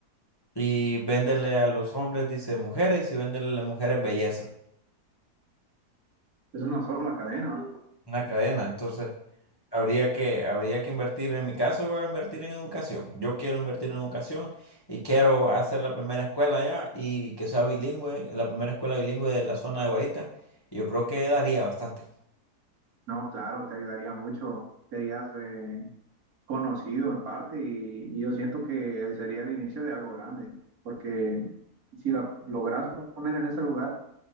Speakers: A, on the left (about 20°); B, on the right (about 65°).
A: y véndele a los hombres, dice, mujeres y véndele a las mujeres belleza.
B: Es una sola cadena.
A: Una cadena, entonces habría que, habría que invertir, en mi caso, yo voy a invertir en educación. Yo quiero invertir en educación y quiero hacer la primera escuela allá y que sea bilingüe, la primera escuela bilingüe de la zona de Guarita. Yo creo que daría bastante.
B: No, claro, te ayudaría mucho, te harías eh, conocido en parte y, y yo siento que sería el inicio de algo grande, porque si la logras poner en ese lugar,